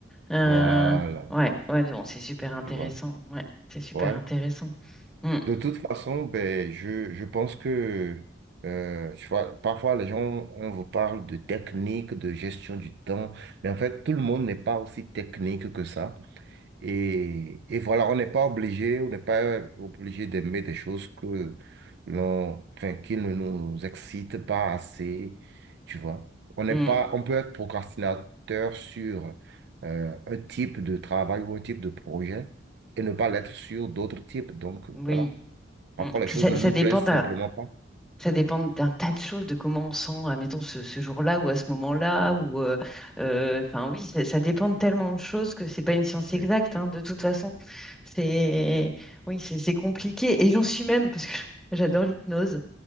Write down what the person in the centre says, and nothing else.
euh,
ouais, ouais, non, c'est super intéressant.
Ouais, c'est super
intéressant. Mm,
mm,
oui.
mm.
Puis,
ça,
ça
dépend.
Ça dépend d'un tas de choses, de comment on sent, admettons, ce, ce jour-là ou à ce moment-là. Ou, euh, euh, enfin, oui, ça, ça dépend de tellement de choses que c'est pas une science exacte,
hein, de toute façon. C'est, oui, c'est c'est compliqué. Et j'en suis même, parce que <laughs> j'adore l'hypnose,